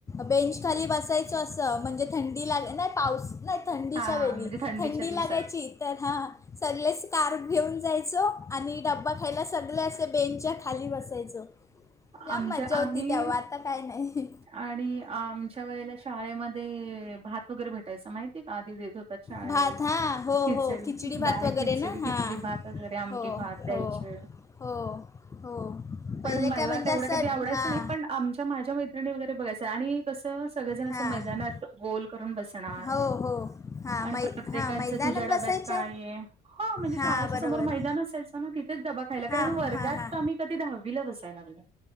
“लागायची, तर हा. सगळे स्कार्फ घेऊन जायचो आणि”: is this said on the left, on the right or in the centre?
Left